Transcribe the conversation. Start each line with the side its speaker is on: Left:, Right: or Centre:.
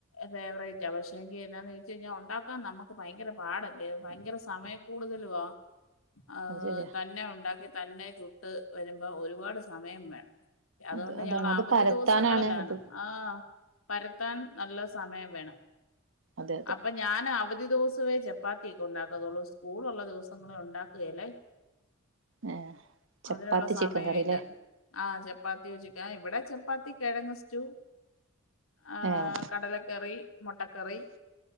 Left: ഫേവറേറ്റാ. പക്ഷെങ്കി എന്നാന്ന് ചോദിച്ച് കഴിഞ്ഞാ ഉണ് ണ്ടാക്കാൻ നമുക്ക് ഭയങ്കര പാടല്ലേ ഭയങ്കര സമയക്കൂടുതലുവാ. ഈഹ്
Right: അത് ശരിയാ
Left: തന്നെ ഉണ്ടാക്കി തന്നെ ചുട്ട് വരുമ്പോ ഒരുപാട് സമയം വേണം. അതുകൊണ്ട്
Right: അത് അതാണ്
Left: ഞങ്ങള്
Right: അത്
Left: അവധി
Right: പരത്താനാണ്
Left: ദിവസങ്ങളിലാണ്.
Right: അത്
Left: ആഹ്. പരത്താൻ നല്ല സമയം വേണം.
Right: അതെയതെ.
Left: അപ്പൊ ഞാൻ അവധി ദിവസമേ ചപ്പാത്തിയൊക്കെ ഉണ്ടാക്കത്തുള്ളൂ. സ്കൂളുള്ള ദിവസങ്ങളിൽ ഉണ്ടാക്കുകേലേ.
Right: ഏഹ് ചപ്പാത്തി
Left: അതിനുള്ള സമയം
Right: ചിക്കൻ കറില്ലേ
Left: ഇല്ല. ആഹ് ചപ് പ്പാത്തിയൊ ചിക്കനോ. ഇവിടെ ചപ്പാത്തി കിഴങ്ങ്‌ സ്റ്റൂ, ഈഹ്
Right: ഏഹ്
Left: കടലക്കറി മുട്ടക്കറി